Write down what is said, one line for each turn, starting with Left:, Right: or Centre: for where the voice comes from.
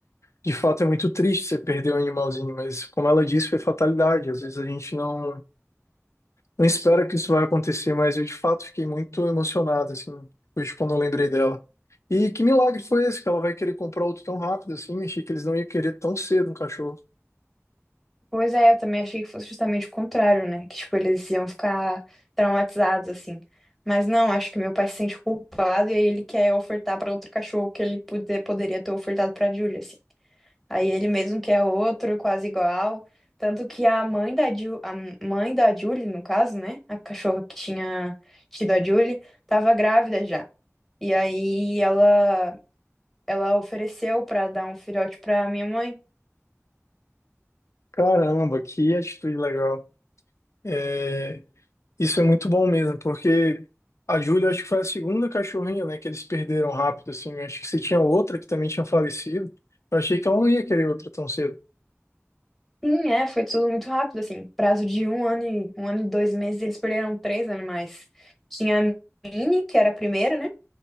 Left: de fato é muito triste você perder um animalzinho, mas como ela disse, foi fatalidade. Às vezes a gente não. Não espero que isso vai acontecer, mas eu de fato fiquei muito emocionado, assim, depois de quando eu lembrei dela. E que milagre foi esse que ela vai querer comprar outro tão rápido assim? Achei que eles não iam querer tão cedo um cachorro.
Centre: Pois é, eu também achei que fosse justamente o contrário, né? Que, tipo, eles iam ficar traumatizados, assim. Mas não, acho que meu pai se sente culpado e aí ele quer ofertar pra outro cachorro que ele poder, poderia ter ofertado pra Julia, assim. Aí ele mesmo quer outro, quase igual. Tanto que a mãe da Ju, a mãe da Julie, no caso, né? A cachorra que tinha tido a Julie, tava grávida já. E aí ela, ela ofereceu pra dar um filhote pra minha mãe.
Left: Caramba, que atitude legal. É, isso é muito bom mesmo, porque a Júlia acho que foi a segunda cachorrinha, né, que eles perderam rápido assim. Eu Acho que se tinha outra que também tinha falecido, eu achei que ela não ia querer outra tão cedo.
Centre: Sim, é, foi tudo muito rápido, assim. Prazo de um ano e um ano e dois meses, eles perderam três animais. Tinha a Minnie, que era a primeira, né?